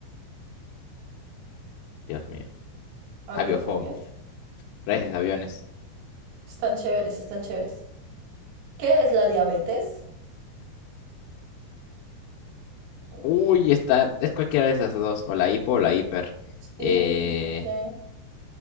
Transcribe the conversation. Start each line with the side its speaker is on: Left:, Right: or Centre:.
Left: Dios mío.
Right: Aviofobia.
Left: Aviofobia. Reyes, aviones.
Right: Están chéveres, están chéveres. ¿Qué es la diabetes? Ush.
Left: Uy, está. Es cualquiera de esas dos. O la hipo o la hiper.
Right: Sí,
Left: Eh,
Right: ¿y por qué?